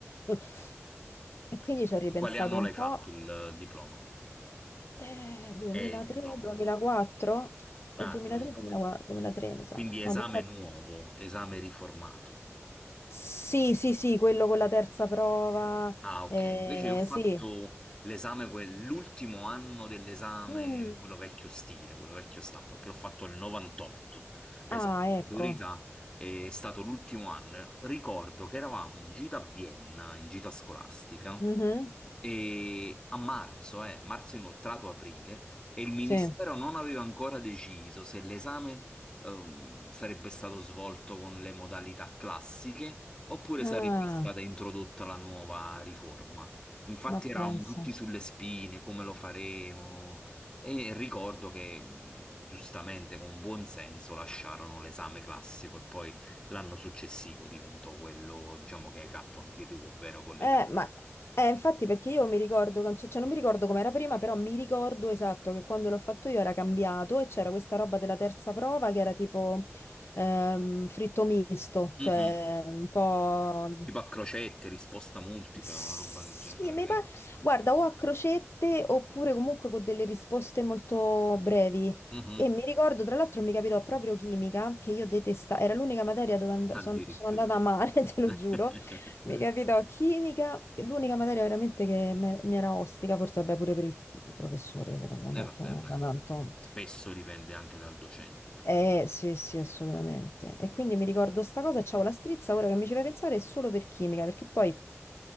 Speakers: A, on the left; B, on the left.
A: <laughs> E quindi ci ho ripensato
B: In quale anno
A: un
B: l'hai fatto
A: po',
B: il diploma?
A: eh, 2003,
B: È il diploma,
A: 2004,
B: l'esame. Ah,
A: o 2003,
B: 2004.
A: 2004, 2003 mi
B: Quindi
A: sa,
B: esame
A: no, 2003.
B: nuovo, esame riformato.
A: Sì, sì, sì, quello con la terza prova,
B: Ah, ok.
A: eh,
B: Invece io ho fatto
A: sì.
B: l'esame, que- l'ultimo anno dell'esame,
A: Mm.
B: quello vecchio stile, quello vecchio stampo, perché l'ho fatto nel 98, l'esame
A: Ah,
B: di
A: ecco.
B: maturità, è stato l'ultimo anno. Ricordo che eravamo in gita a Vienna, in gita scolastica,
A: Mhm.
B: e a marzo, eh, marzo inoltrato aprile, e il ministero
A: Sì.
B: non aveva ancora deciso se l'esame ehm, sarebbe stato svolto con le modalità classiche Oppure
A: Ah,
B: sarebbe stata introdotta la nuova riforma. Infatti
A: ma pensa.
B: eravamo tutti sulle spine, come lo faremo? E ricordo che mh, giustamente, con buon senso, lasciarono l'esame classico e poi l'anno successivo diventò quello, diciamo, che hai fatto anche tu, ovvero con le
A: Eh,
B: tre.
A: ma eh, infatti perché io mi ricordo, che- cioè, cioè, non mi ricordo com'era prima, però mi ricordo esatto che quando l'ho fatto io era cambiato e c'era questa roba della terza prova che era tipo ehm, fritto misto,
B: Mhm.
A: cioè un po'...
B: Tipo a crocette, risposta multipla,
A: Sì,
B: una roba del genere,
A: mi
B: vero?
A: pa- Guarda, o a crocette oppure comunque con delle risposte molto brevi.
B: Mhm.
A: E mi ricordo, tra l'altro, mi capitò proprio chimica, che io detestavo, era l'unica materia dove and-
B: Addirittura.
A: son- sono andata a male, <laughs> te lo
B: <laughs>
A: giuro. Mica vedo chimica, che è l'unica materia veramente che me- mi era ostica, forse vabbè pure per il professore, secondo
B: E
A: me,
B: vabbè,
A: che non
B: ma
A: era
B: eh,
A: tanto.
B: spesso dipende anche dal docente, secondo
A: Eh,
B: me.
A: sì, sì, assolutamente. E quindi mi ricordo sta cosa e c'avevo la strizza, ora che mi ci fai pensare, è solo per chimica, perché poi